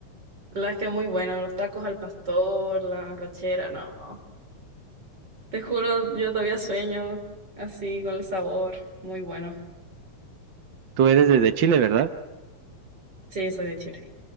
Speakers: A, on the right; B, on the right.
A: la verdad es que muy bueno, los tacos al pastor, la rachera, no. Te juro, yo todavía sueño así con el sabor, muy bueno.
B: Tú eres desde Chile, ¿verdad?
A: Sí, soy de Chile.